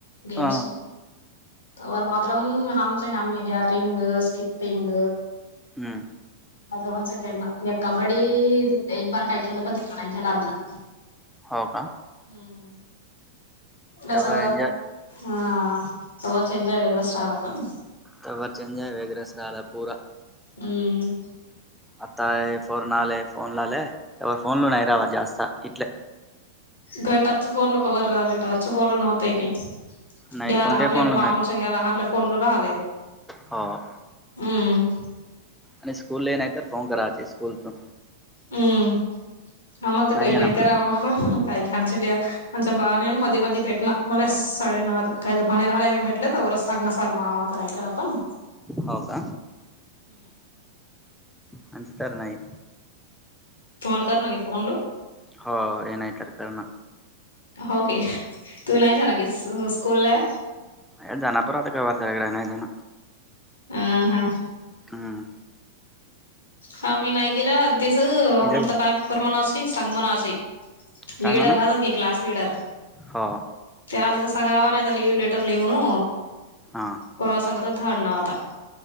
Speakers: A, on the left; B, in the centre.
A: गेम्स
B: हा,
A: तवर मातम हम हम हिअ रिंग स्किप्टिंग
B: हम्म
A: अ णस केर्ना कबड्डी एक बार काही खलं पणच्या लाबला
B: हो का
A: हम्म कसं
B: त्यावर एन्जॉय
A: ह तला ंजय वगैरेच राहाला पण
B: तवर चचेंजा वगैरेस रा आला पूरा
A: हम्
B: आता फोरन आले फोन ला आले त्या फोन ल नाही नाही रावा जास्त इटले
A: का टच फोन ल कवरर रले टच फोन ल नवता क
B: नाही
A: घ्यायला
B: कोणत्याही
A: हलंय
B: फोनला
A: मामलच्या घ्यायला ह आणले फोनडू राहिलेय
B: ह
A: हम्
B: आणि स्कूलला नाहीत तर फोन करायचे स्कूलतून
A: हम्म आम्हाला तर काही
B: आहे
A: नाही
B: ना म्हणा
A: करावाग काय घचे द्या आमच्या बाने मध्ये मी भेटण म सडेनहात काय भाने राहाला भेटले तरच सांग न असल मग ह माझं नाही करा आपण
B: हो का आणिच तर नाही
A: तुम्हाला करणारी फोनो
B: हो हे नाही तर कारण
A: होके तु नाही जा न की स्कूल ला
B: अ जनपुर आता का वारताडे नाही
A: ह हा
B: हम्
A: हा मी नाही गेला आ दिस
B: जग
A: हमता कायम करर म्हणे सांग म्हण असे ललीडर
B: काय म्हणा
A: राहा त क क्लास ललीडर
B: हो
A: त्या आलं तर सांगावा नाही लिव्ह लेटर लिव्ह न
B: हा
A: कोणा सांगत धाडणं आता